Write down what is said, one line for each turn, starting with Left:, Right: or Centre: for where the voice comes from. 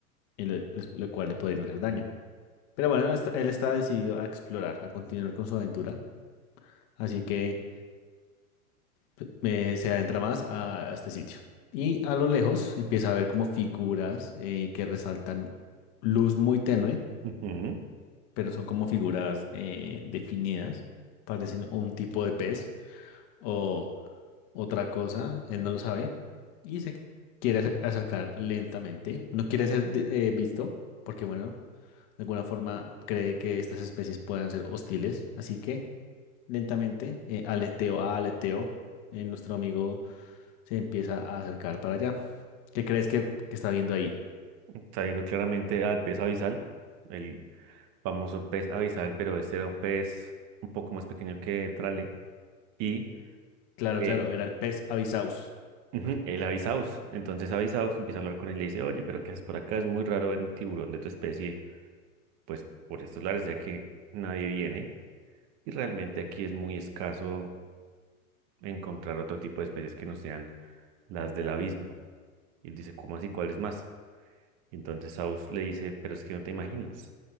Left: y lo, les- lo cual le podrían hacer daño. Pero bueno, está- él está decidido a explorar, a continuar con su aventura, así que p- eh, se adentra más a, a este sitio. Y a lo lejos empieza a ver como figuras eh, que resaltan luz muy tenue,
Right: ujú.
Left: pero son como figuras eh, definidas, parecen un tipo de pez. o otra cosa, él no lo sabe y se quiere ac- acercar lentamente. No quiere ser de- eh, visto porque, bueno, de alguna forma cree que estas especies puedan ser hostiles, así que lentamente, eh, aleteo a aleteo, eh, nuestro amigo se empieza a acercar para allá. ¿Qué crees que, que está viendo ahí?
Right: Está viendo claramente al pez abisal, el famoso pez abisal, pero este era un pez un poco más pequeño que Trale. Y
Left: Claro,
Right: eh,
Left: claro, era el pez avisaus.
Right: ujú, el avisaus. Entonces avisaus empieza a hablar con él y le dice, oye, pero ¿qué haces por acá? Es muy raro ver un tiburón de tu especie, pues por estos lares, ya que nadie viene. Y realmente aquí es muy escaso encontrar otro tipo de especies que no sean las del abismo. Y él dice, ¿cómo así? ¿Cuáles más? Y entonces Saus le dice, pero es que no te imaginas.